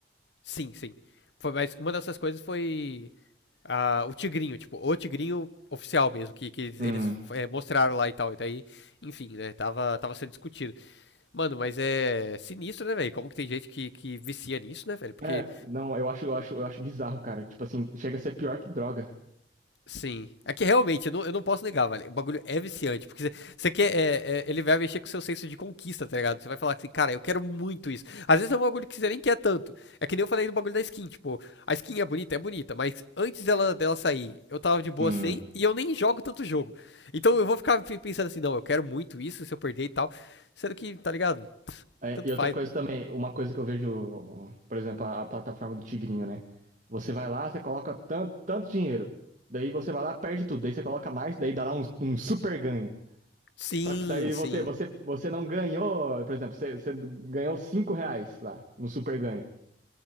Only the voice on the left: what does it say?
Sim, sim. Foi, mas uma dessas coisas foi Ah, o Tigrinho, tipo, o Tigrinho oficial mesmo, que, que
eles é, mostraram lá e tal. E daí, enfim, né? Tava, tava sendo discutido. Mano, mas é sinistro, né, velho? Como que tem gente que, que vicia nisso, né, velho? Porque
Sim. É que realmente, eu não, eu não posso negar, velho. O bagulho é viciante, porque você você quer. é, é, ele vai mexer com o seu senso de conquista, tá ligado? Você vai falar assim, cara, eu quero muito isso. Às vezes é um bagulho que você nem quer tanto. É que nem eu falei do bagulho da skin, tipo, a skin é bonita, é bonita, mas antes dela, dela sair, eu tava de boa
sem e eu nem jogo tanto jogo. Então eu vou ficar pe- pensando assim, não, eu quero muito isso, se eu perder e tal. Sendo que, tá ligado?
Tanto
faz.
Sim,
sim,